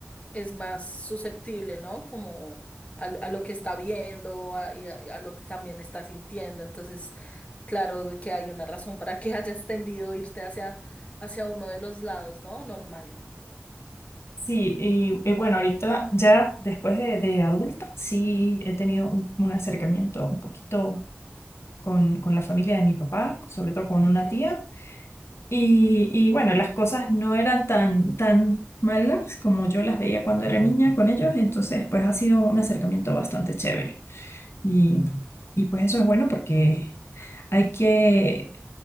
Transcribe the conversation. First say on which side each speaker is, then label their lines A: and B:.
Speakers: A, on the left; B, on the left.
A: es más susceptible, ¿no? Como a, lo a lo que está viendo a- y a, y a lo que también está sintiendo. Entonces, claro de que hay una razón para que <laughs> hayas tendido a irte hacia, hacia uno de los lados, ¿no? Normal.
B: Sí, y, y bueno, ahorita ya después de, de adulta, sí he tenido un, un acercamiento un poquito con, con la familia de mi papá, sobre todo con
A: Ok,
B: una tía. Y, y bueno, las cosas no eran tan, tan malas como yo las veía cuando era niña con ellos, entonces pues ha sido un acercamiento bastante chévere. Y, y pues eso es bueno porque hay que,